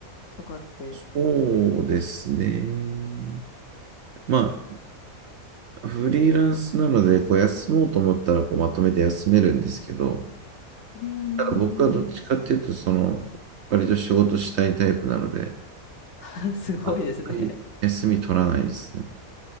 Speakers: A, on the left (about 60°); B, on the right (about 65°).
A: とかって。
B: そうですね。まあ、フリーランスなので、こう休もうと思ったらこうまとめて休めるんですけど、
A: うんうんうんうん。
B: ただ僕はどっちかっていうと、その、割と仕事したいタイプなので、
A: <laughs> あすごいですね。
B: あんまり休み取らないですね。